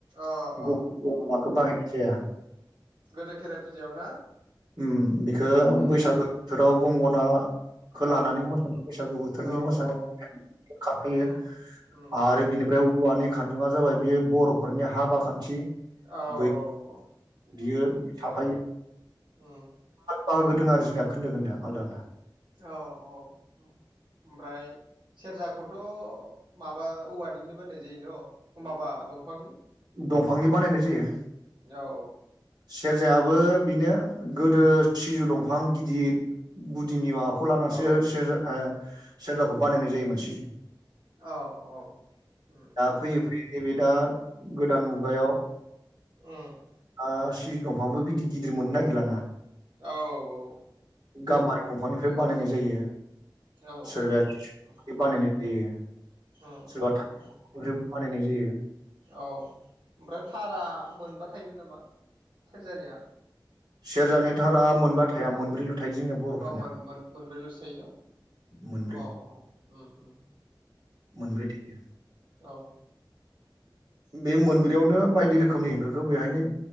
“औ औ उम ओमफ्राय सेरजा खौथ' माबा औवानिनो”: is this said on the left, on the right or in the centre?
Right